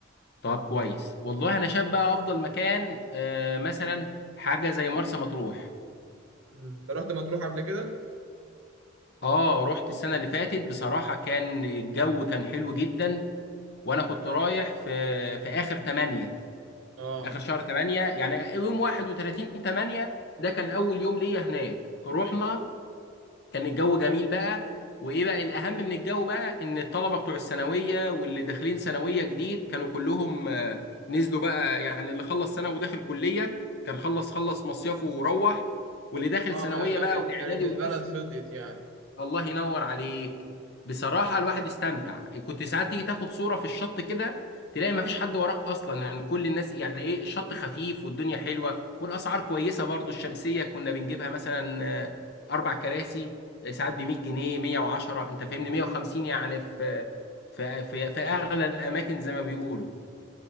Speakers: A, on the left (about 50°); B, on the right (about 80°).
A: طب كويس والله انا شايف بقى افضل مكان آه، مثلا حاجه زي مرسى مطروح
B: مم. انت رحت مطروح قبل كده
A: اه رحت السنه اللي فاتت بصراحه كان الجو كان حلو جدا وانا كنت رايح في في اخر 8
B: اه
A: اخر شهر 8 يعني يوم 31 8 ده كان اول يوم ليا هناك رحنا كان الجو جميل بقى وايه بقى الاهم من الجو بقى ان الطلبه بتوع الثانويه واللي داخلين ثانويه جديد كانوا كلهم آه، نزلوا بقى يعني اللي خلص ثانوي وداخل كليه كان خلص خلص مصيفه وروح واللي داخل
B: اه
A: ثانويه
B: كانت
A: بقى واعدادي
B: كانت البلد
A: والقصه
B: فضيت يعني
A: الله ينور عليك بصراحة الواحد استمتع كنت ساعات تيجي تاخد صورة في الشط كده تلاقي مفيش حد وراك أصلا يعني كل الناس يعني إيه الشط خفيف والدنيا حلوة والأسعار كويسة برضو الشمسية كنا بنجيبها مثلا آه، أربع كراسي آه، ساعات ب 100 جنيه 110 أنت فاهمني 150 يعني في في في, في أغلى الأماكن زي ما بيقولوا